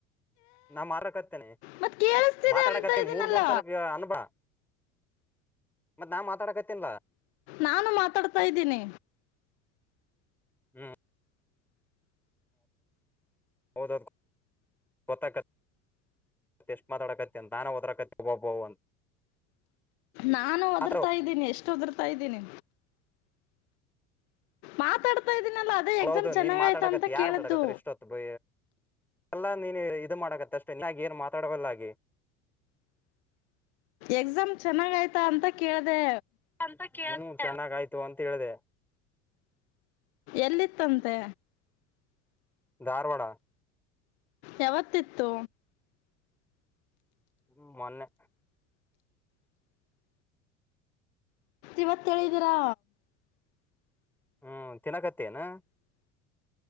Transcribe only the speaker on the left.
ಮತ್ ಕೇಳಿಸ್ತಿದೆ
ಅಂತ ಇದೀನಲ್ಲ
ನಾನು ಮಾತಾಡ್ತಾ ಇದ್ದೀನಿ
ನಾನು ಒದರ್ತಾ
ಇದ್ದೀನಿ ಎಷ್ಟು ಒದರ್ತಾ ಇದ್ದೀನಿ ಮಾತಾಡ್ತಾ ಇದ್ದೀನಲ್ಲ ಅದೇ
ಎಕ್ಸಾಮ್ ಚೆನ್ನಾಗ
ಆಯ್ತ ಅಂತ
ಕೇಳಿದ್ದು
ಎಕ್ಸಾಮ್ ಚೆನ್ನಾಗ್ ಆಯ್ತಾ ಅಂತ ಕೇಳ್ದೆ
ಎಲ್ಲಿತ್ತಂತೆ
ಯಾವತ್ತಿತ್ತು
ಇವತ್ತೇಳಿದಿರಾ